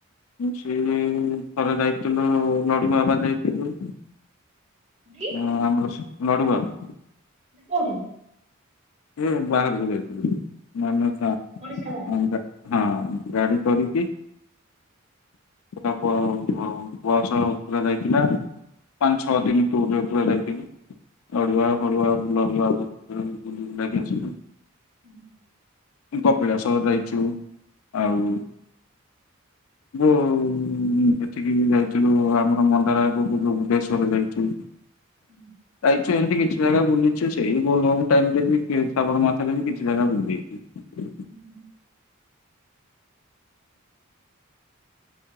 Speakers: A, on the left (about 85°); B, on the right (about 35°).
A: ସେ ଥରେ ଯାଇଥିଲୁ ଲଡୁବାବା ଯାଇଥିଲୁ।
B: ପୁରୀ?
A: ଅ ଆମର ସେ ଲଡୁବାବା।
B: କୋଉଠେ?
A: ଏ ବାହାରକୁ ଯାଇଥିଲି। <unintelligible>
B: ଓଡିଶା ବାହାରେ।
A: ହଁ। ଗାଡି କରିକି ପୁରା ବ ବ ବସ ପୁରା ଯାଇଥିଲା। ପାଞ୍ଚ ଛଅ ଦିନ ଟୁର୍ ରେ ପୁରା ଯାଇଥିଲୁ। ଲଡୁବାବା ଫଡୁବାବା। <unintelligible> ବୁଲି ବୁଲାକି ଆସିଲୁ।
B: ହୁଁ।
A: ଉଁ କପିଳାସ ଯାଇଛୁ ଆଉ ବୋ ଉ ଏଠିକି ବି ଯାଇଥିଲୁ ଆମର ମନ୍ଦାର ଆଗକୁ ଯୋଉ ବୁଧେଶ୍ୱର ଯାଇଛୁ।
B: ହୁଁ।
A: ଯାଇଛୁ ଏମିତି କିଛି ଜାଗା ବୁଲିଛୁ ସେଇି ବୋଲ୍ ବମ ଟାଇମ୍ ଟେ ବି କେ ଶ୍ରାବଣ ମାସ ରେ ବି କିଛି ଜାଗା ବୁଲି ଦେଇଛୁ।
B: ଉଁ ହୁଁ।